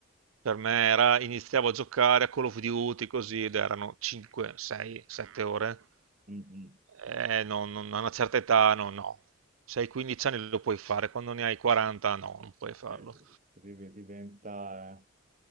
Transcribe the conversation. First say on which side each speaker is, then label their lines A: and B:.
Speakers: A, on the right (about 80°); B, on the right (about 40°).
A: Per me era, iniziavo a giocare a Call of Duty così ed erano 5, 6, 7 ore.
B: Mm, mm.
A: Eh, non, non- a una certa età no, no. Se hai 15 anni lo puoi fare, quando ne hai 40 no, non puoi farlo.
B: Eh, div- diventa, eh,